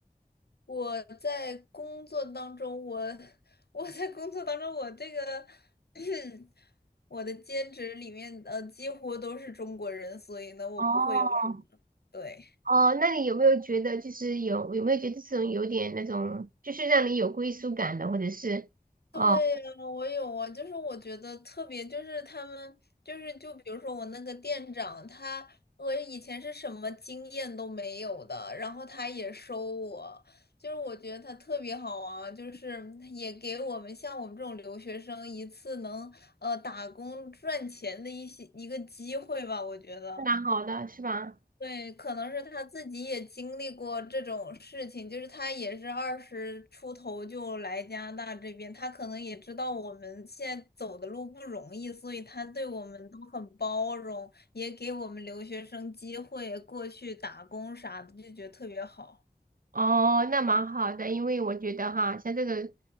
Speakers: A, on the left (about 85°); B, on the right (about 60°).
A: 我在工作当中，我 <laughs> 我在工作当中，我这个 <clears throat> 我的兼职里面，呃，几乎都是中国人，所以呢，我不会有什么，
B: 哦，
A: 对。
B: 哦，那你有没有觉得就是有有没有觉得这种有点那种，就是让你有归属感的，或者是哦，
A: 对呀，我有啊，就是我觉得特别，就是他们，就是就比如说我那个店长，他我以前是什么经验都没有的，然后他也收我，就是我觉得他特别好啊，就是也给我们像我们这种留学生一次能呃打工赚钱的一些一个机会吧，我觉得。
B: 蛮好的是吧？
A: 对，可能是他自己也经历过这种事情，就是他也是二十出头就来加拿大这边，他可能也知道我们现在走的路不容易，所以他对我们都很包容，也给我们留学生机会过去打工啥的，就觉得特别好。
B: 哦，那蛮好的，因为我觉得哈，像这个，